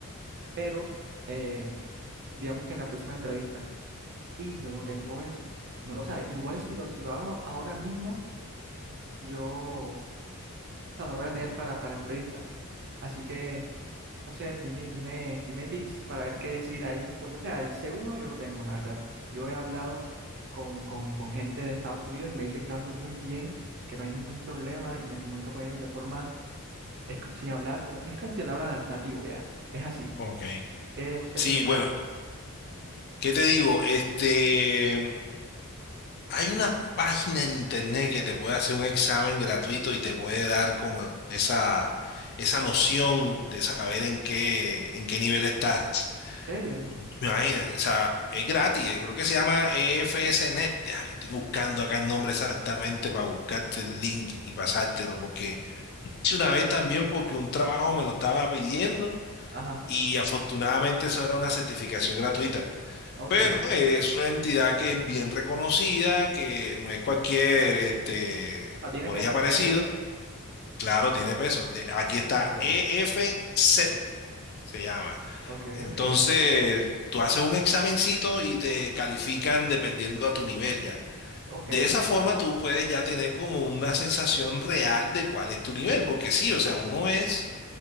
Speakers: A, on the right; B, on the left.
A: pero eh, digamos que en la próxima entrevista, y yo no tengo eso. No, o sea, igual si lo, si lo hago ahora mismo, yo o sea, no lo voy a tener para, para la entrevista. Así que, no sé, dime, dime, dime tips para ver qué decir ahí, porque o sea, el C1 yo lo tengo, la verdad. Yo he hablado con, con, con gente de Estados Unidos y me dicen que hablo muy bien, que no hay ningún problema y me comunico con ellos de forma es como sin hablar, como, es como si hablara na- nativo ya. Es así.
B: ok.
A: Eh, no sé
B: Sí,
A: si me puedes.
B: bueno, ¿qué te digo? Este, hay una página en internet que te puede hacer un examen gratuito y te puede dar como esa, esa noción de saber en qué, en qué nivel estás.
A: ¿En serio?
B: Imagínate, o sea, es gratis, eh, creo que se llama EFSNet. Déjame, Estoy buscando acá el nombre exactamente para buscarte el link y pasártelo, porque hice una vez también porque un trabajo me lo estaba pidiendo.
A: Ajá,
B: y afortunadamente eso era una certificación gratuita.
A: ok.
B: Pero es una entidad que es bien reconocida, que no es cualquier, este,
A: Ah, tiene
B: por
A: peso,
B: ella parecido.
A: tiene peso.
B: Claro, tiene peso. De- aquí está
A: Ok,
B: EFCET, se llama.
A: ok,
B: Entonces,
A: ok,
B: tú haces un examencito y te califican dependiendo a tu nivel ya.
A: ok.
B: De esa forma tú puedes ya tener como una sensación real de cuál es tu nivel, porque sí, o sea, uno es